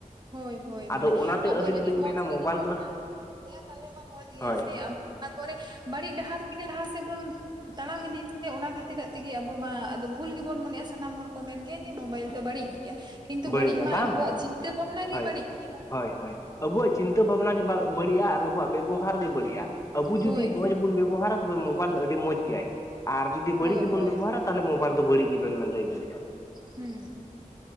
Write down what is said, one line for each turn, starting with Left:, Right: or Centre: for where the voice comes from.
Right: ᱦᱳᱭ ᱦᱳᱭ, ᱢᱟᱱᱮ
Left: ᱟᱫᱚ ᱚᱱᱟᱛᱮ
Right: ᱟᱵᱚ
Left: ᱟᱹᱞᱤᱧ
Right: ᱡᱩᱫᱤ
Left: ᱫᱚᱞᱤᱧ
Right: ᱢᱚᱸᱡᱽ
Left: ᱢᱮᱱᱟ ᱢᱳᱵᱟᱭᱤᱞ
Right: ᱞᱟᱹᱜᱤᱫ ᱵᱚᱱ
Left: ᱫᱚ
Right: ᱤᱭᱟᱹᱭᱟ ᱛᱟᱦᱚᱞᱮ ᱢᱟ ᱢᱚᱸᱡᱽ ᱜᱮᱭᱟ
Left: ᱦᱳᱭ
Right: ᱥᱮ ᱟᱵ ᱛᱟᱯᱚᱨᱮ ᱵᱟᱹᱲᱤᱡ ᱰᱟᱦᱟᱨ ᱛᱮᱜᱮ ᱞᱟᱦᱟ ᱥᱮᱫ ᱵᱚᱱ ᱛᱟᱲᱟᱢ ᱤᱫᱤᱭ ᱥᱮ ᱚᱱᱟ ᱠᱷᱟᱹᱛᱤᱨᱟᱜ ᱛᱮᱜᱮ ᱟᱵᱚ ᱢᱟ ᱵᱷᱩᱞ ᱜᱮᱵᱚᱱ ᱢᱚᱱᱮᱜ-ᱟ ᱥᱟᱱᱟᱢ ᱦᱚᱲ ᱠᱚ ᱢᱮᱱ ᱜᱮᱭᱟ ᱡᱮ ᱢᱳᱵᱟᱭᱤᱞ ᱫᱚ ᱵᱟᱹᱲᱤᱡ ᱜᱮᱭᱟ᱾ ᱠᱤᱱᱛᱩ
Left: ᱵᱟᱹᱲᱤᱡᱼᱟ
Right: ᱵᱟᱹᱲᱤᱡ ᱢᱟ
Left: ᱵᱟᱝ
Right: ᱟᱵᱚᱣᱟᱜ
Left: ᱵᱟᱝ
Right: ᱪᱤᱱᱛᱟᱹ
Left: ᱵᱟᱝ
Right: ᱵᱷᱟᱵᱽᱱᱟ ᱜᱮ
Left: ᱦᱳᱭ
Right: ᱵᱟᱹᱲᱤᱡ ᱜᱮᱭᱟ᱾
Left: ᱦᱳᱭ ᱦᱳᱭ, ᱟᱵᱚᱣᱟᱜ ᱪᱤᱱᱛᱟᱹ ᱵᱷᱟᱵᱽᱱᱟ ᱜᱮ ᱵᱟ-ᱵᱟᱹᱲᱤᱡ-ᱟ ᱟᱨ ᱟᱵᱚᱣᱟᱜ ᱵᱮᱵᱚᱦᱟᱨ ᱜᱮ ᱵᱟᱹᱲᱤᱡ-ᱟ᱾ ᱟᱵᱚ ᱡᱩᱫᱤ
Right: ᱦᱳᱭ
Left: ᱢᱚᱸᱡᱽ ᱵᱚᱱ ᱵᱮᱵᱚᱦᱟᱨᱟ ᱛᱚᱵᱮ ᱢᱳᱵᱟᱭᱤᱞ ᱫᱚ ᱟᱹᱰᱤ ᱢᱚᱸᱡᱽ ᱜᱮᱭᱟᱭ ᱟᱨ ᱡᱩᱫᱤ
Right: ᱦᱳᱭ
Left: ᱵᱟᱹᱲᱤᱡ ᱜᱮᱵᱚᱱ
Right: ᱦᱳᱭ
Left: ᱵᱮᱵᱚᱦᱟᱨᱟ ᱛᱟᱞᱦᱮ ᱢᱳᱵᱟᱭᱤᱞ ᱫᱚ ᱵᱟᱹᱲᱤᱡ ᱜᱮᱵᱮᱱ ᱞᱟᱹᱭ ᱫᱟᱲᱮᱭᱟᱜ-ᱟ᱾
Right: ᱦᱩᱸ᱾